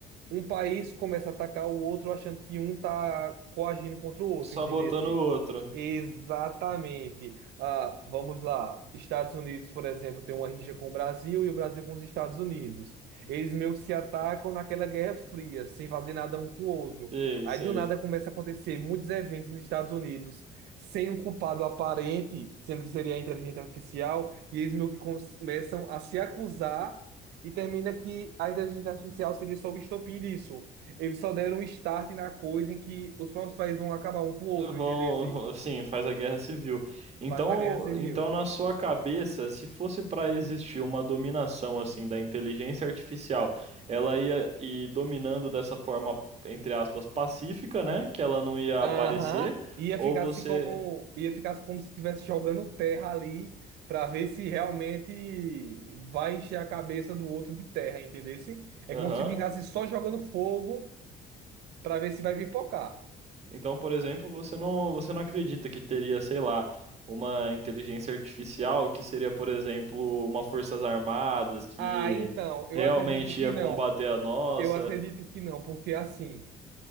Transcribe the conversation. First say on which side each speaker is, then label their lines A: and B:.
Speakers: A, on the right; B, on the right.
A: um país começa a atacar o outro achando que um tá coagindo contra o outro,
B: sabotando
A: entendesse?
B: o outro?
A: Exatamente. Ah, vamos lá. Estados Unidos, por exemplo, tem uma rixa com o Brasil e o Brasil com os Estados Unidos. Eles meio que se atacam naquela Guerra Fria, sem fazer nada um com o outro.
B: Sei,
A: Aí
B: sei.
A: do nada começa a acontecer muitos eventos nos Estados Unidos sem um culpado aparente, sendo que seria a inteligência artificial, e eles meio que começam a se acusar e termina que a inteligência artificial seria só o estopim disso. Eles só deram um start na coisa em que os próprios países vão acabar um com o outro,
B: Vão,
A: entendeu? Se
B: vão- sim, faz a guerra civil. Então,
A: Faz a guerra civil.
B: então na sua cabeça, se fosse para existir uma dominação assim da inteligência artificial, ela ia ir dominando dessa forma, entre aspas, pacífica, né? Que ela não ia
A: Aham.
B: aparecer,
A: Ia
B: ou
A: ficar
B: você,
A: assim como, ia ficar assim como se estivesse jogando terra ali para ver se realmente vai encher a cabeça do outro de terra, entendeu? É
B: Aham.
A: como se ficasse só jogando fogo para ver se vai pipocar.
B: Então, por exemplo, você não, você não acredita que teria, sei lá, uma inteligência artificial que seria, por exemplo, uma forças armadas que
A: Ah, então, eu
B: realmente
A: acredito que
B: ia
A: não.
B: combater a nossa
A: Eu acredito que não, porque assim.